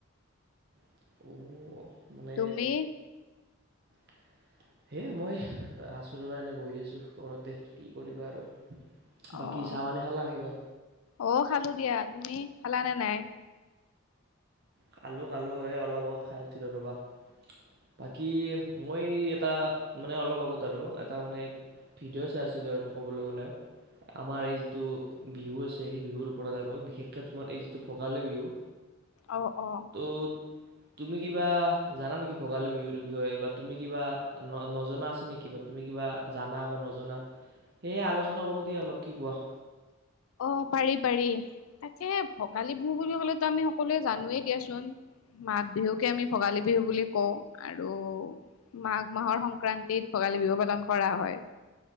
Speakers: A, on the right; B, on the left.
A: অ। মানে
B: তুমি?
A: <inaudible> হে মই আচো ৰ'বা এনে বহি আছোঁ, ঘৰতে কি কৰিব আৰু। বাকী
B: অ',
A: চাহ পানী খালা কিবা?
B: অ', খালোঁ দিয়া, তুমি খালানে নাই?
A: খালোঁ, খালোঁ এই অলপ আগত খাই উঠিলো ৰ'বা, বাকী মই এটা মানে অলপ আগত আৰু এটা মানে ভিডিঅ' চাই আছিলো আৰু ক'বলৈ গ'লে। আমাৰ এই যিটো বিহু আছে সেই বিহুৰ ওপৰত আৰু বিশেষকে তোমাৰ এই যিটো ভোগালী বিহু।
B: অ', অ'।
A: ক'ত? তুমি কিবা জানা নেকি ভোগালী বিহুৰ বিষয়ে বা তুমি কিবা নজনা আছে নেকি বা তুমি তুমি কিবা জানা বা নজনা সেয়হে আলোচনা কৰো দিয়া অলপ, কি কোৱা?
B: অ' পাৰি পাৰি। তাকে ভোগালী বিহু বুলি ক'লেতো আমি সকলোৱে জানোৱেই দিয়াচোন। মাঘ বিহুকে আমি ভোগালী বিহু বুলি কওঁ আৰু মাঘ মাহৰ সংক্ৰান্তিত ভোগালী বিহু পালন কৰা হয়।